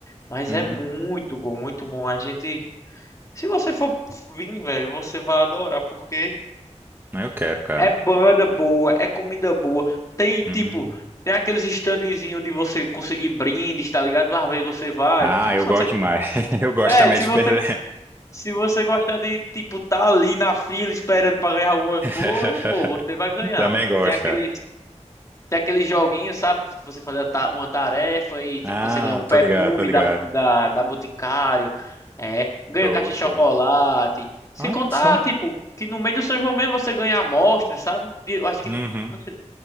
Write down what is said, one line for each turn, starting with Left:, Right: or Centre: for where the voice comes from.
Left: Mas
Right: Hum,
Left: é muito bom, muito bom. A gente. Se você for vir, velho, você vai adorar, porque
Right: eu quero, cara.
Left: é banda boa, é comida boa. Tem, tipo,
Right: Hum.
Left: tem aqueles standzinhos de você conseguir brindes, tá ligado? Às vezes você vai.
Right: Ah,
Left: Fica,
Right: eu
Left: se você.
Right: gosto demais. <laughs> Eu gosto
Left: É,
Right: também
Left: se
Right: de
Left: você.
Right: perder.
Left: Se você gostar de, tipo, tá ali na fila esperando pra ganhar alguma
Right: <laughs>
Left: coisa, pô, você vai ganhar.
Right: Também gosto,
Left: Tem aqueles.
Right: cara.
Left: Tem aquele joguinho, sabe? Você fazer a ta- uma tarefa e tipo,
Right: Ah,
Left: você ganha um perfume
Right: tô ligado, tô ligado.
Left: da, da, da Boticário, é, ganha
Right: Show,
Left: caixa
Right: show.
Left: de chocolate. Sem
Right: Olha
Left: contar,
Right: só.
Left: tipo, que no meio do São João mesmo você ganha amostra, sabe? E Eu acho que,
Right: Uhum.
Left: não sei,